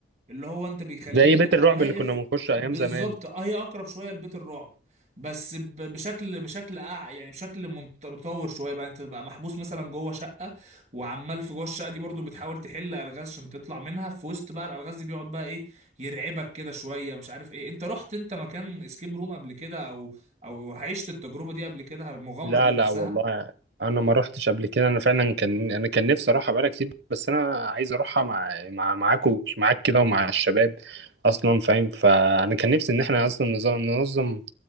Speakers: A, on the right (about 40°); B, on the right (about 70°).
A: اللي هو انت بيخليك
B: زي
A: تبقى
B: بيت الرعب
A: واقف
B: اللي كنا بنخش ايام
A: بالظبط
B: زمان
A: اه هي اقرب شويه لبيت الرعب بس ب- بشكل بشكل أع... يعني بشكل منت- متطور شويه بقى انت بقى محبوس مثلا جوه شقه وعمال في جوه الشقه دي برضو بتحاول تحل الغاز عشان تطلع منها في وسط بقى الالغاز دي بيقعد بقى ايه يرعبك كده شويه مش عارف ايه انت رحت انت مكان اسكيب روم قبل كده او او عشت التجربه دي قبل كده المغامره
B: لا
A: دي نفسها
B: لا والله انا ما روحتش قبل كده انا فعلا كان انا كان نفسي اروحها بقالي كتير بس انا عايز اروحها مع مع معاكم معاك كده ومع الشباب اصلا فاهم فانا كان نفسي ان احنا اصلا نظ- ننظم